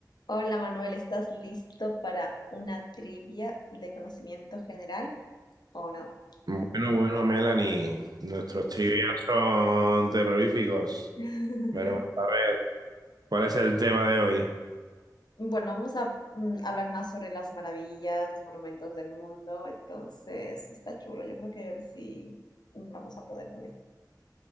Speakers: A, on the left (about 70°); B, on the right (about 65°).
A: Hola Manuel, ¿estás listo para una trivia de conocimiento general o no?
B: Bueno, bueno, Melanie, nuestros trivias son terroríficos.
A: <laughs>
B: Veremos a ver cuál es el tema de hoy.
A: Bueno, vamos a mm, hablar más sobre las maravillas, los monumentos del mundo, entonces está chulo, yo creo que sí mm, vamos a poder con esto.